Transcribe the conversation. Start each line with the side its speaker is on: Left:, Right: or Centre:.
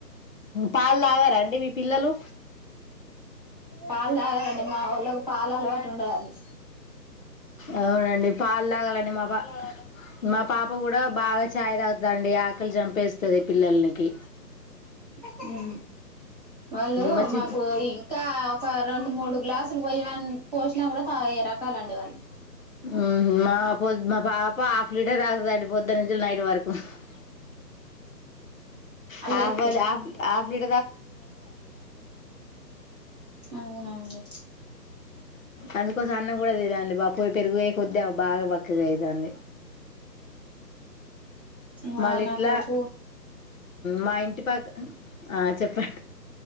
Left: పాలు తాగర అండి మీ పిల్లలు పిల్లలు
Right: పాలు తగదండి మా వాళ్ళకి పాాల అలవాటు ఉండదండి
Left: అవునండి పాలు తాగాలండి మా పా మా పాప కూడా బాగా చాయ్ తాగుత దాండి ఆకలి చంపేస్తుంది పిల్లలకి
Right: హ వాళ్ళు
Left: మా చి
Right: మాకు ఇంకా ఒక రెండు మూడు గ్లాసులు పోయని పోసినా కూడా తాగే రకాలండి వాళ్ళు
Left: ఉ మాద్ మా పాప హాఫ్ లీటర్ తాగుతుంది అండి పొద్దున నుంచి నైట్ వరకు <unintelligible>
Right: అలా
Left: హాఫ్
Right: ఎస్తదా
Left: హాఫ్ <unintelligible> <unintelligible>
Right: అవునండి
Left: అందుకోసం కూడాదిదండి బా పోయి పెరుగు వయే కొద్దీ బాగా బక్కగా అవుతుాంది
Right: మా
Left: మళ్ళ
Right: నా
Left: ఇట్లా
Right: కొడుకు
Left: మా ఇంటి పక్క ఆ చెప్ <unintelligible>